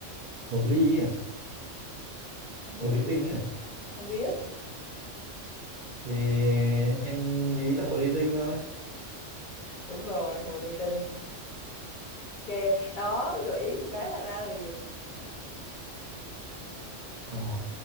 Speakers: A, on the right; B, on the left.
A: hồ ly à
B: không biết
A: hồ ly tinh à
B: không biết
A: thì em nghĩ là hồ ly tinh thôi
B: đúng rồi hồ ly tinh ok đó gợi ý một cái là ra liền
A: Ồ.